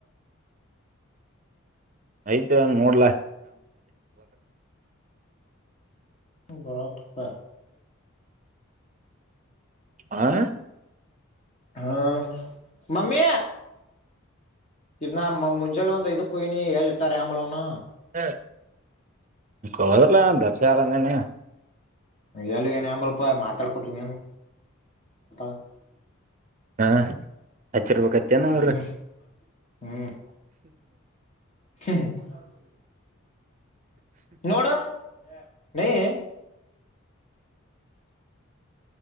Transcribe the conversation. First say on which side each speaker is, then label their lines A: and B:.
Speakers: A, on the right (about 35°); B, on the left (about 30°).
A: ಆಯ್ತ ಒನ್ ನೋಡ್ಲಾ <unintelligible>
B: <unintelligible>
A: ಹಾ
B: ಹಾ ಮಮ್ಮಿ ಇದು ನಾ ಮುಂಜೆಳೆ ಒಂದು ಐದುಕ್ಕೆ ಹೋಗ್ಯಾನಿ ಎಲ್ಲಿ ಇತ್ತಾರೋ ಏನೋ
A: <unintelligible>
B: ಎಲ್ಲ ಎನ ಆಂಬಳಪ ಮಾತಡಕತು <unintelligible>
A: ಹಾ ಹಚ್ಚರ್ಬೇಕತ್ತೇನ
B: ಹ್ಮ್
A: ಅವ್ರ
B: ಹ್ಮ್ <unintelligible> ನೋಡು <unintelligible>